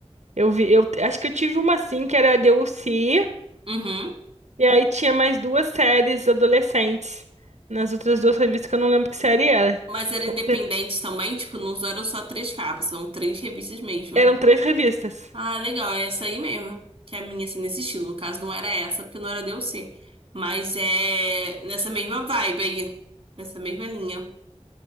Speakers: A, on the right (about 80°); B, on the right (about 50°).
A: Eu vi, eu acho que eu tive uma assim que era a DLC
B: Uhum.
A: e aí tinha mais duas séries adolescentes nas outras duas revistas que eu não lembro que série era.
B: Mas eram
A: Com
B: independentes
A: cer-
B: também, tipo, não eram só três capas, são três revistas mesmo.
A: Eram três revistas.
B: Ah, legal, é essa aí mesmo. Que é a minha, assim, nesse estilo. No caso, não era essa, porque não era DLC. Mas é nessa mesma vibe aí. Nessa mesma linha.